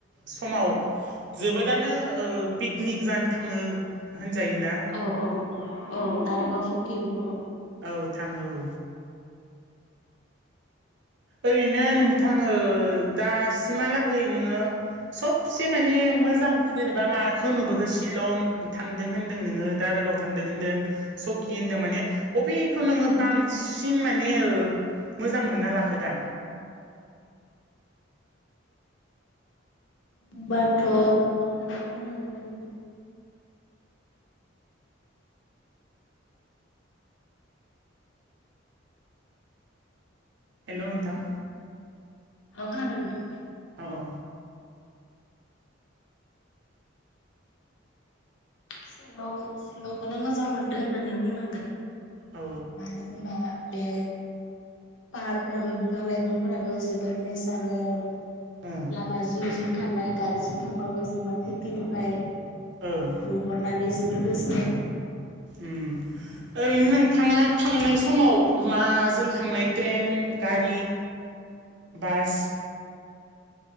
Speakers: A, on the right; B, on the left.
A: समाव जोबोदानो ओ पिकनिक जानो थाङो। होनजायोना
B: औ औ औ दारागाव सकि बेफोराव
A: औ थाङो औ। ओरैनो नोंथां ओ दासिमहालागै नोङो सबसे माने मोजां जेनेबा माखौ नुबोखो शिलं थांदों होनदों नोङो दारा गाव थांदों होनदों सकि होनदों माने अबेखौ नोङो बांसिन माने ओ मोजां मोनना लाखो दा?
B: होनबाथ' सिलंखोनो बुंनांगोन आङो।
A: हेल' नोंथां
B: औ खोनादों नोंथां।
A: अ अ
B: शिलं शिलंखौनो मोजां मोनदो होननानै बुंनांगोन।
A: औ
B: मानो होनबा बे पाहारफोराबो बिफां लाइफांफोराबो जोबोद नेचारेल।
A: ओं
B: लामा जिं जिं थानाय गारि जिं थांबाबो जेनबा खिरखिनिफ्राय
A: ओं
B: नुहरनानै जोबोर गोजोन
A: उम ओरैनो नोंथाङा थांनाय समाव मा जों थांनाय ट्रेन गारि बास?